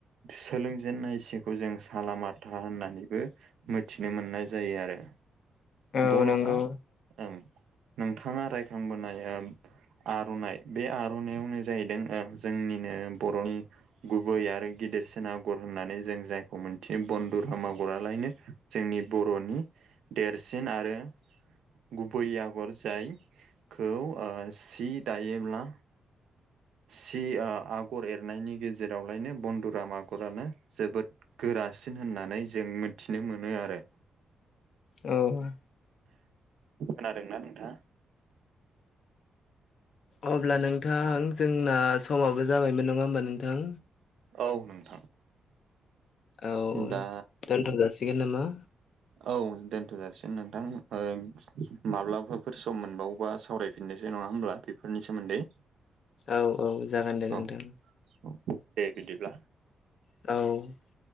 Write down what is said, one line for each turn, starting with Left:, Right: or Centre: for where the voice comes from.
Right: सोलों जेनन्नाय सेखौ जों सालामाथा होननानैबो मिथिनो मोननाय जायो आरो बर'हा
Left: औ नंगौ
Right: ओं नोंथाङा रायखांबोनाय आर'नाइ बे आर'नाइयावनो जाहैदों ओ जोंनिनो बर'नि गुबै आरो गिदिरसिन आगर होननानै जों जायखौ मोनथि बन्दुराम आगरालायनो जोंनि बर'नि देरसिन आरो गुबै आगर जायखौ ओ सि दायोब्ला सि आगर एरनायनि गेजेरावलायनो बन्दुराम आगरानो जोबोद गोरासिन होननानै जों मिथिनो मोनो आरो
Left: औ
Right: खोनादोंना नोंथाङा
Left: अब्ला नोंथां जोंना समाबो जाबायमोन नङा होमबा नोंथां
Right: औ नोंथां
Left: औ
Right: दा
Left: दोनथ' जासिगोन नामा
Right: औ दोनथ'जासिनो नोंथां ओ माब्लाबाफोर सम मोनबावोबा सावरायफिननोसै नङा होमब्ला बेफोरनि सोमोन्दै
Left: औ औ जागोन दे
Right: औ
Left: नोंथां
Right: औ दे बिदिब्ला
Left: औ